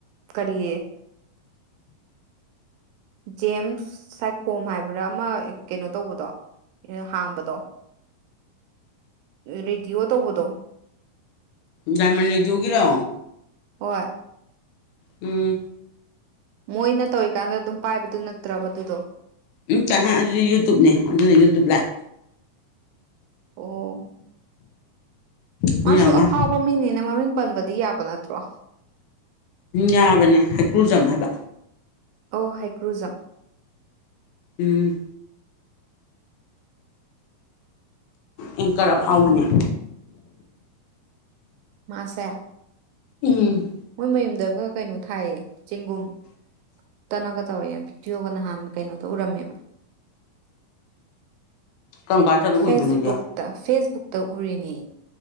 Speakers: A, on the right (about 80°); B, on the left (about 80°).
A: ꯀꯔꯤ ꯖꯦꯝꯁ ꯁꯥꯏꯈꯣꯝ ꯍꯥꯏꯕ꯭ꯔꯥ ꯑꯃ ꯀꯩꯅꯣ ꯇꯧꯕꯗꯣ ꯍꯥꯡꯕꯗꯣ ꯔꯦꯗꯤꯑꯣ ꯇꯧꯕꯗꯣ
B: ꯗꯥꯏꯃꯟ ꯔꯦꯗꯤꯑꯣꯒꯤꯔꯣ
A: ꯍꯣꯏ
B: ꯎꯝ
A: ꯃꯣꯏꯅ ꯇꯧꯔꯤꯀꯥꯟꯗ ꯑꯗꯨꯝ ꯄꯥꯏꯕꯗꯣ ꯅꯠꯇ꯭ꯔꯕ ꯑꯗꯨꯗꯣ
B: ꯎꯝ ꯅꯇꯦꯍꯦ ꯑꯗꯨꯗꯤ ꯌꯨꯇꯌꯨꯞꯅꯤ ꯑꯗꯨꯅ ꯌꯨꯇꯨꯞ ꯂꯥꯢꯐ
A: ꯑꯣ
B: ꯑꯗꯨꯅ
A: ꯃꯥꯁꯨ
B: ꯑꯃ
A: ꯑꯐꯥꯎꯕ ꯃꯤꯅꯤꯅ ꯃꯃꯤꯡ ꯄꯟꯕꯗꯤ ꯌꯥꯕ ꯅꯠꯇ꯭ꯔꯣ
B: ꯌꯥꯕꯅꯦ ꯍꯩꯀ꯭ꯔꯨꯖꯝ ꯍꯥꯏꯕ
A: ꯑꯣ ꯍꯦꯀ꯭ꯔꯨꯖꯝ
B: ꯎꯝ ꯑꯦꯡꯀꯔ ꯑꯐꯥꯎꯕꯅꯦ
A: ꯃꯥꯁꯦ
B: ꯎꯝ
A: ꯃꯣꯏ ꯃꯌꯨꯝꯗꯒ ꯀꯩꯅꯣ ꯊꯥꯏꯌꯦ ꯆꯦꯡꯒꯨꯝ ꯇꯅꯒ ꯇꯧꯋꯦꯕ ꯕꯤꯗꯤꯌꯣꯒ ꯅꯍꯥꯟ ꯀꯩꯅꯣꯗ ꯎꯔꯝꯃꯦꯕ
B: ꯀꯔꯝ ꯀꯥꯟ ꯆꯠꯂ ꯎꯏꯕ
A: ꯐꯦꯁꯕꯨꯛ
B: ꯅꯣꯏꯗꯤ
A: ꯇ ꯐꯦꯁꯕꯨꯛꯇ ꯎꯔꯤꯅꯦ